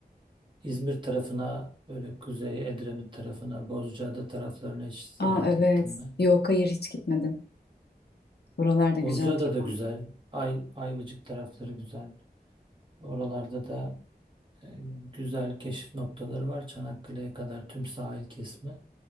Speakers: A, on the right; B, on the left.
A: İzmir tarafına, böyle Kuzey Edremit tarafına, Bozcaada taraflarına hiç seyahat
B: Aa evet.
A: ettim ben.
B: Yok hayır hiç gitmedim. Buralar da güzeldir.
A: Bozcaada da güzel. Ay, Ayvacık tarafları güzel. Oralarda da e, güzel keşif noktaları var. Çanakkale'ye kadar tüm sahil kesimi.